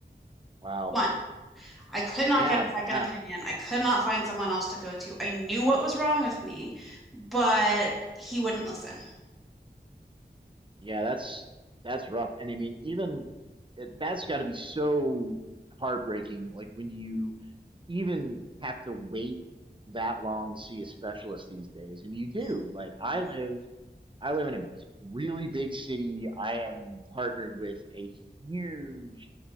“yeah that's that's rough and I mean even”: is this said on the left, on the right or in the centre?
Right